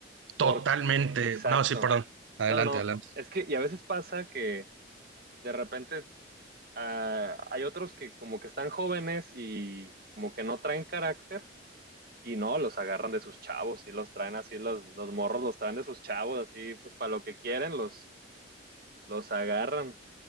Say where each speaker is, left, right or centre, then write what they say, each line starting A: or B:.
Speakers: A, on the right; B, on the right.
A: totalmente.
B: Por... Exacto.
A: No, sí, perdón. Adelante,
B: No, no, no.
A: adelante.
B: Es que, y a veces pasa que de repente ah, hay otros que como que están jóvenes y como que no traen carácter y no, los agarran de sus chavos y los traen así, los, los morros los traen de sus chavos, así pues para lo que quieren los, los agarran.